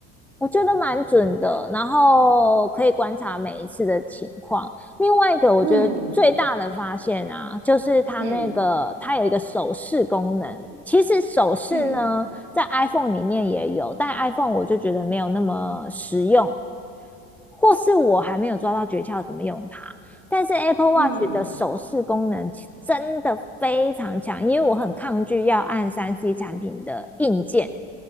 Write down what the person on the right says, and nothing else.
嗯
嗯
嗯
嗯